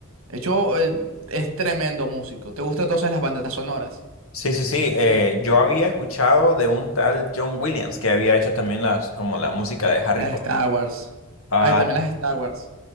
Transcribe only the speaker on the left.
Sí, sí, sí. eh, yo había escuchado de un tal John Williams que había hecho también las, como la música de Harry
Potter.
Ah,